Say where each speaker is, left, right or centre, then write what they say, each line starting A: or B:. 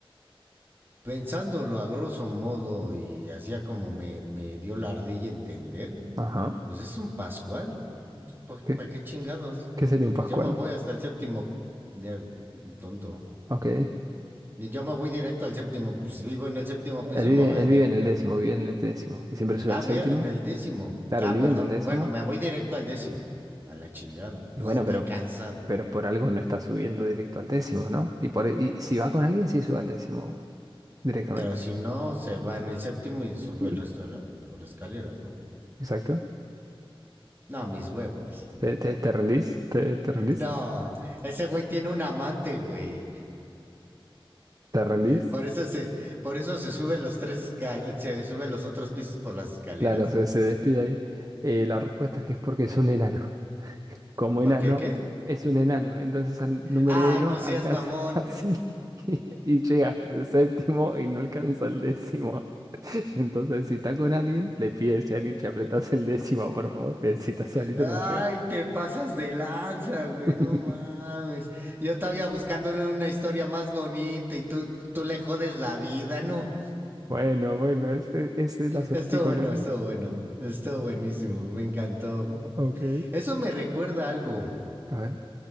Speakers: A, on the right; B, on the right.
A: pensándolo a grosso modo y hacía como me, me dio la ardilla entender,
B: Ajá.
A: pues es un Pascual. pues,
B: ¿Qué,
A: ¿Para qué chingados?
B: qué sería un
A: Yo
B: Pascual?
A: me voy hasta el séptimo. ya, Tonto.
B: Ok.
A: Yo me voy directo al séptimo. Pues vivo en el séptimo piso,
B: Él vive,
A: me voy al
B: él
A: directo.
B: vive en el décimo, vive en el décimo. Y siempre sube
A: Ah,
B: al séptimo.
A: en el décimo.
B: Claro,
A: Ah,
B: él vive
A: perdón.
B: en el décimo.
A: Bueno, me voy directo al décimo. A la chingada.
B: Y
A: Pues
B: bueno,
A: estoy
B: pero,
A: cansado.
B: p- pero por algo no está subiendo directo al décimo, ¿no? Y, por, y si va con alguien, sí sube al décimo directamente.
A: Pero si no, se va en el séptimo y sube
B: ¿Y
A: el resto de las por escaleras, ¿no?
B: Exacto.
A: No, mis huevos.
B: ¿Te, te, te rendís? ¿Te, te rendís?
A: No, ese güey tiene un amante, güey.
B: ¿Te rendís?
A: Por eso se, por eso se sube los tres escal- se sube los otros pisos por las escaleras.
B: Claro, se, se despide ahí. Eh, la respuesta es que es porque es un enano. <laughs> Como
A: ¿Por
B: enano,
A: qué qué?
B: es un enano. Entonces al número
A: Ay,
B: uno
A: no seas
B: alcanza
A: mamón.
B: <laughs> fácil y, y llega hasta el séptimo y no alcanza el décimo. <laughs> Entonces, si está con alguien, le pides, Yanich, apretás el décimo, por favor. Pero si estás solito,
A: Ay,
B: no llega.
A: te pasas de lanza, güey.
B: <laughs>
A: No mames. Yo todavía buscándole una historia más bonita y tú, tú le jodes la vida, ¿no?
B: Bueno, bueno, ese ese es el acertijo,
A: Estuvo bueno,
B: ¿no?
A: estuvo bueno. Estuvo buenísimo. Me encantó.
B: Ok.
A: Eso me recuerda a algo.
B: A ver.